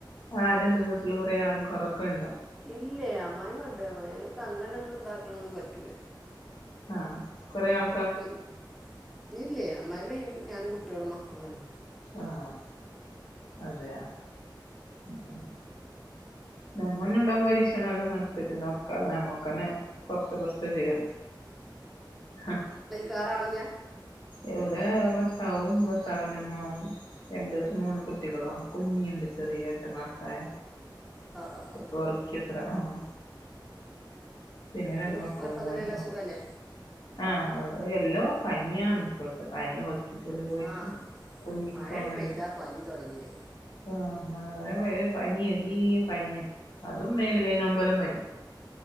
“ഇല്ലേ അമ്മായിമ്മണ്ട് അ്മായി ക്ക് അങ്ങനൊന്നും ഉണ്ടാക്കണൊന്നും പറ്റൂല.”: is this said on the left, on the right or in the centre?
Centre